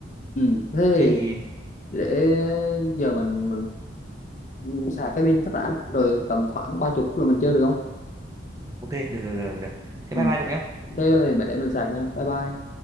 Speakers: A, on the left (about 40°); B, on the right (about 20°).
A: ừ. thế
B: thế
A: thì
B: thì
A: để giờ mình mình sạc cái pin phát đã rồi tầm khoảng ba chục phút là mình chơi được không
B: ok được được được được thế
A: ừ.
B: bye bye cậu nhé
A: thế để mình sạc nha bye bye